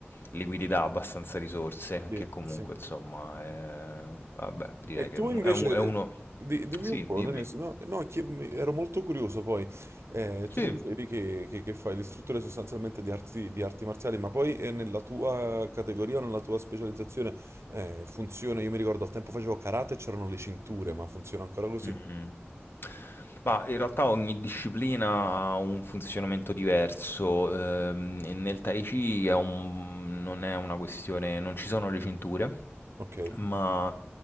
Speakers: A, on the left; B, on the right.
A: liquidità, abbastanza risorse,
B: sì.
A: che comunque
B: Sì.
A: insomma è, vabbè, direi
B: E
A: che
B: tu
A: è,
B: invece,
A: un- è uno...
B: eh, di- dimmi
A: Sì,
B: un po',
A: dimmi.
B: Denise, no, no, chi- mi- ero molto curioso poi, Eh,
A: Sì,
B: tu mi dicevi che, che- che fai l'istruttore sostanzialmente di arti, di arti marziali, ma poi eh, nella tua categoria, nella tua specializzazione, eh, funziona, io mi ricordo al tempo facevo karate e c'erano le cinture, ma funziona ancora così?
A: Mh-mh. Ma in realtà ogni disciplina ha un funzionamento diverso, ehm, e nel Tai Chi è un non è una questione non ci sono le cinture
B: Ok,
A: ma